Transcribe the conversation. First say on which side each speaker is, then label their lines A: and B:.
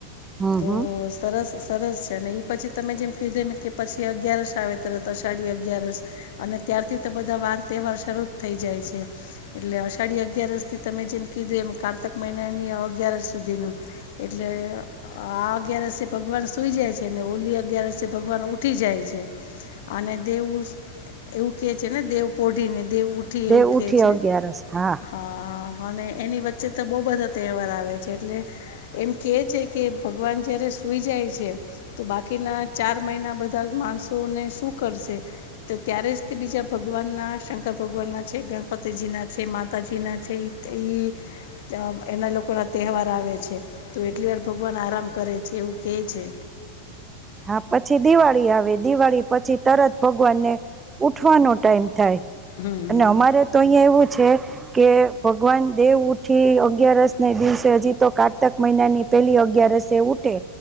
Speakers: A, on the right (about 15°); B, on the left (about 50°).
A: હમ
B: તો
A: હમ
B: સરસ સરસ છે અને એ પછી તમે જેમ કીધું એમ કે પછી અગિયારસ આવે તત અષાઢી અગિયારસ અને ત્યારથી તો બધા વાર તહેવાર શરૂ જ થઈ જાય છે એટલે અઢી અગિયારથી તમે જેમ કીધું કાર્તક મહિનાની અગયાર સુધીનું એટલે આ અગિયારષ ભગવાન સુઈ જાય છે ને ઓલી અગિયારષ ભગવાન ઊઠી જાય છે અને દેવ એવું કે છે ને દેવ પોઢીને દેવ ઉઊઠી
A: દે
B: એવું કહે
A: ઉઠી
B: છે
A: અગિયારસ હા
B: હા હા અને એની વચ્ચે તો બહુ બધા તહેવાર આવે છે એટલે એમ કે છે કે ભગવાન જ્યારે સુઈ જાય છે તો બાકીના ચાર મહિના બધા માણસોને શું કરશે છે તો ત્યારે જ તે બીજા ભગવાન ના શંકર ભગવાન ના છે ગણપતિજી ના છે માતાજી ના છે ઈ તેઈ અ એના લોકોના તહેવાર આવે છે. તો એટલી વાર વાન આરામ કરે છે, એવું કે છે.
A: હા, પછી દિવાળી આવે દિવાળી પછી તરત ભગવાનને ઉઠવાનો ટાઈમ થાય
B: હમ
A: અને અમારે તો અહિયાં એવું છે કે ભગવાન દેવઉઠી અગિયારસને દિવસે હજી તો કારતક મહિનાની પેલી અગિયારસ એ ઉઠે